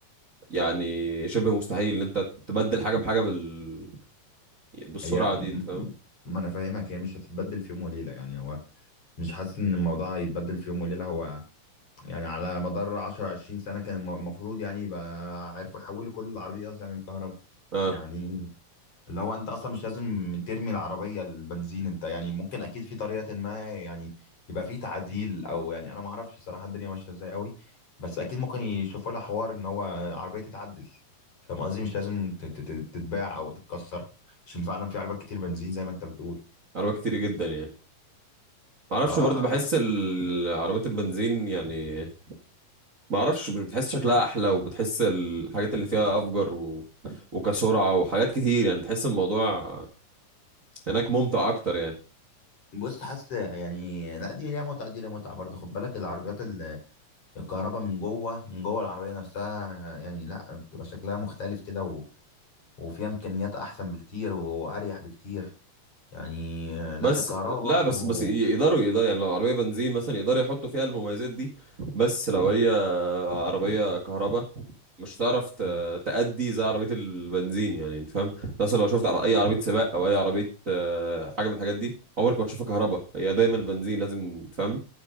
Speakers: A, on the right; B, on the left.
A: يعني شبه مستحيل ان انت تبدل حاجة بحاجة بال... بالسرعة
B: هي
A: دي انت
B: م-
A: فاهم
B: م- ما انا فاهمك هي مش هتتبدل في يوم وليلة يعني هو مش حاسس ان الموضوع يتبدل في يوم وليلة هو يعني على مدار 10 20 سنة كان الم- المفروض يعني يبقى عارفوا يحولوا كل العربيات يعني الكهرباء
A: اه
B: يعني اللي هو انت اصلا مش لازم ترمي العربيه البنزين انت يعني ممكن اكيد في طريقه ما يعني يبقى في تعديل او يعني انا ما اعرفش صراحه الدنيا ماشيه ازاي قوي بس اكيد ممكن يشوفوا لها حوار ان هو العربيه تتعدل فاهم قصدي مش لازم ت- ت- ت- تتباع او تتكسر عشان فعلا في عربيات كتير بنزين زي ما انت بتقول
A: عربيات كتير جدا يعني ما اعرفش
B: اه
A: برضه بحس
B: لا
A: ال- عربيات البنزين يعني ما اعرفش مش بتحس شكلها احلى وبتحس الحاجات اللي فيها افجر و... وكسرعه وحاجات كتير يعني تحس الموضوع هناك ممتع اكتر يعني
B: بص حاسس يعني لا دي ليها متعه دي ليها متعه برضه خد بالك العربيات ال- الكهرباء من جوه من جوه العربيه نفسها يعني لا بتبقى شكلها مختلف كده وفيها امكانيات احسن بكتير واريح بكتير يعني آه، لا
A: بس
B: الكهرباء
A: لا
B: برضو
A: بس بس ي- يقدروا يقدروا يعني لو عربيه بنزين مثلا يقدروا يحطوا فيها المميزات دي بس لو هي عربية كهرباء مش هتعرف ت-
B: مم.
A: تأدي زي عربية البنزين يعني انت فاهم انت مثلا لو شفت على اي عربية سباق او اي عربية آه، حاجة من الحاجات دي عمرك ما تشوفها كهرباء هي دايما بنزين لازم تفهم